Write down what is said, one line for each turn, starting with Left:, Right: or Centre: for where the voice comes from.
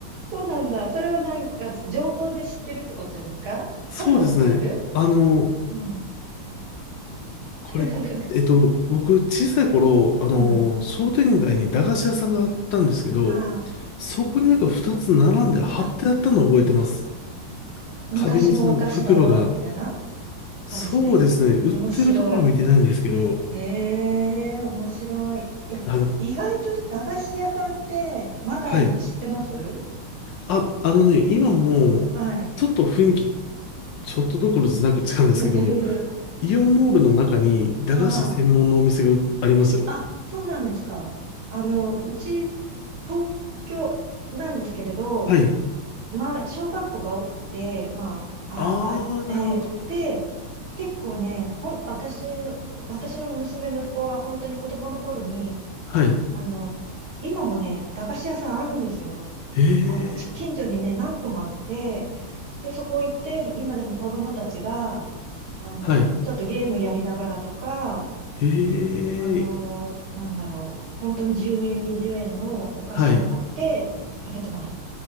Right: そうなんだ。それはなんか、情報で知ってるってことですか食べたことある
Left: そうですね。あの、
Right: うん。
Left: これ、
Right: <laughs>
Left: えっと、僕、小さい頃、あのー、
Right: うん。
Left: 商店街に駄菓子屋さんがあったんですけど、
Right: はい、
Left: そこになんか2つ並んで貼ってあったのを覚えてます。
Right: あ。昔のお菓子だよ、
Left: 壁にその袋が。
Right: みたいな感じで。
Left: そうですね、売ってるところは見てないんですけど、
Right: 面白い。ええ、面白い。いや、
Left: あ、でも、
Right: 意外と駄菓子屋さんってまだあるの知ってます
Left: はい。あ、あのね、今も、
Right: はい。
Left: ちょっと雰囲気、ちょっとどころじゃなく違うんですけど、
Right: <laughs> ふふふふ
Left: イオンモールの中に駄菓子専門のお店がありますよ。
Right: ああ、あ、そうなんですか。あの、うち、東京なんですけれど、
Left: はい。
Right: まあ、小学校が多くて、まあ、
Left: あー、
Right: あ、あ、えーで、
Left: なるほど。
Right: 結構ね、ほん、私の、私の娘、息子は本当に子供の頃に、
Left: はい。
Right: あの、今もね、駄菓子屋さんあるんですよ。
Left: え
Right: あの、ち近所にね、
Left: ー、
Right: 何個もあって、で、そこ行って、今でも子供たちが、あの、
Left: はい。
Right: ちょっとゲームやりながらとか、
Left: ええ
Right: あの、なんだろう、本当に10円、20円のお菓子を買って食べてます。
Left: はい。